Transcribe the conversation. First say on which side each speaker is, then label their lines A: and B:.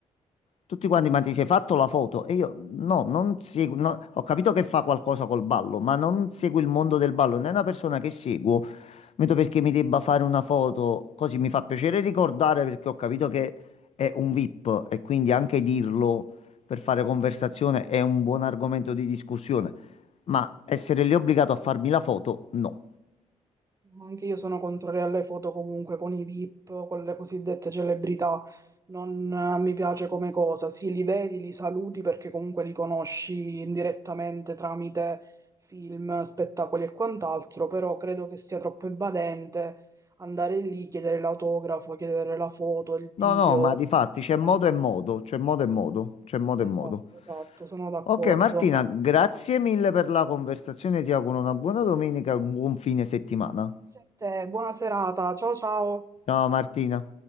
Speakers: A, on the left; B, on the right.
A: Tutti quanti, ma ti sei fatto la foto? E io no, non seguo, no, ho capito che fa qualcosa col ballo, ma non seguo il
B: Sì.
A: mondo
B: sì.
A: del ballo, non è una persona che seguo Vedo perché mi debba fare una foto, così mi fa piacere ricordare perché ho capito che è un VIP e quindi anche dirlo per fare conversazione è un buon argomento di discussione, ma essere lì obbligato a farmi la foto, no.
B: Ma Anche io sono contraria alle foto comunque con i VIP, con le cosiddette celebrità. Non eh, mi piace come cosa. Sì, li vedi, li saluti perché comunque li conosci indirettamente tramite film, spettacoli e quant'altro, però credo che sia troppo invadente andare lì, chiedere l'autografo, chiedere la foto, il
A: No,
B: video,
A: no, ma
B: addirittura.
A: di fatti c'è modo e modo, c'è modo e modo, c'è modo
B: Esatto,
A: e modo.
B: esatto, sono d'accordo.
A: Ok Martina, grazie mille per la conversazione, ti auguro una buona domenica e un buon fine settimana.
B: Grazie a te, buona serata, ciao ciao.
A: Ciao Martina.